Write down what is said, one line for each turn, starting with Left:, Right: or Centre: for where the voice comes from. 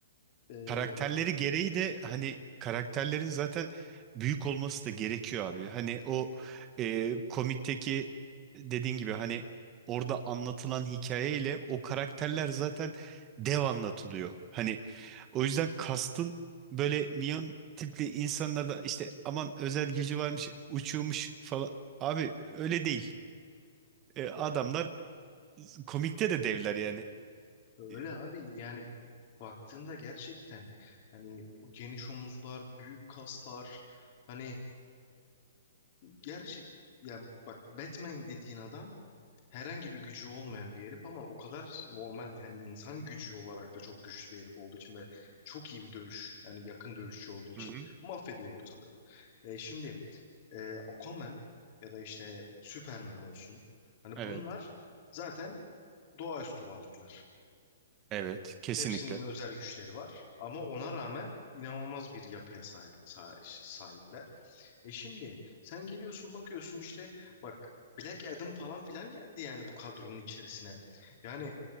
Left: e, ö-
Right: Karakterleri gereği de hani karakterlerin zaten büyük olması da gerekiyor abi. Hani o e, komikteki dediğin gibi hani orada anlatılan hikayeyle o karakterler zaten dev anlatılıyor. Hani o yüzden kastın böyle minyon tipli insanlarda işte aman özel gücü varmış uçuyormuş falan. Abi öyle değil. E, adamlar komikte de devler yani.
Left: öyle
Right: Hı
Left: abi yani baktığında gerçekten hani geniş omuzlar, büyük kaslar hani gerçek yani bak Batman dediğin adam herhangi bir gücü olmayan bir herif ama o kadar normal hani insan gücü olarak da çok güçlü bir herif olduğu için ve çok iyi bir dövüş yani yakın dövüşçü olduğu için
Right: hı.
Left: mahvediyor ortalığı. E, şimdi e, Aquaman ya da işte Superman olsun hani
Right: Evet.
Left: bunlar zaten doğaüstü varlıklar.
Right: Evet. Kesinlikle.
Left: Hepsinin özel güçleri var ama ona rağmen inanılmaz bir yapıya sahip sa- sahipler. E şimdi sen geliyorsun bakıyorsun işte bak Black Adam falan filan geldi yani bu kadronun içerisine. Yani